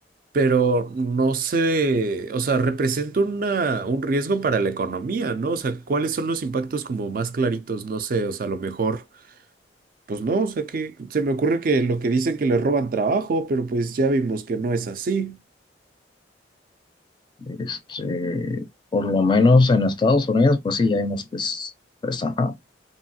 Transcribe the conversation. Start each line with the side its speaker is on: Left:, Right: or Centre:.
Right: pero no sé, o sea, representa una, un riesgo para la economía, ¿no? O sea, ¿cuáles son los impactos como más claritos? No sé, o sea, a lo mejor, pues no, o sea, que se me ocurre que lo que dicen que le roban trabajo, pero pues ya vimos que no es así.
Left: Este, por lo menos en Estados Unidos pues sí, ya hay unos que es- pues, ajá.